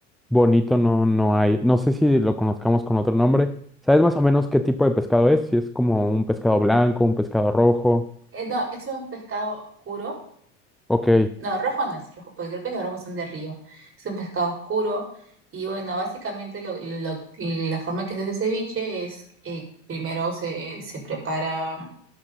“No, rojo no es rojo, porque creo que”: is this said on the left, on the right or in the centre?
Right